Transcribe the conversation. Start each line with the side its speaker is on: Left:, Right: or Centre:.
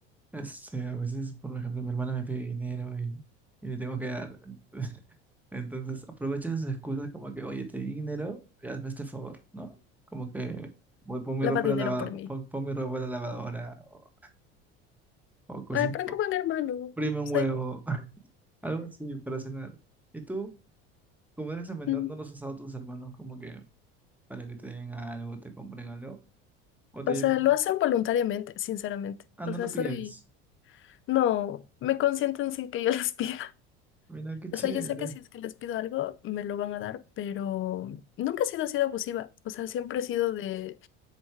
Centre: Este, a veces, por ejemplo, mi hermana me pide dinero y, y le tengo que dar. <laughs> Entonces, aprovecho esas excusas como que, oye, te di dinero, y hazme este favor, ¿no? Como que voy, pon mi
Left: Lava
Centre: ropa
Left: dinero
Centre: en la lavadora,
Left: por mí.
Centre: pon, pon mi ropa en la lavadora, o, o cocina,
Left: Ay, pero
Centre: o
Left: qué buen hermano.
Centre: prime un
Left: Soy,
Centre: huevo, <laughs> algo así para cenar. Y tú, como eres el menor,
Left: mm,
Centre: ¿no los has usado a tus hermanos como que para que te den algo, te compren algo? ¿O te
Left: o
Centre: llegan?
Left: sea, lo hacen voluntariamente, sinceramente.
Centre: Ah,
Left: O
Centre: no
Left: sea,
Centre: lo
Left: soy,
Centre: pides.
Left: no, me consienten sin que yo <laughs> les pida.
Centre: Mira, qué chévere.
Left: O sea, yo sé que si es que les pido algo, me lo van a dar, pero nunca he sido así de abusiva. O sea, siempre he sido de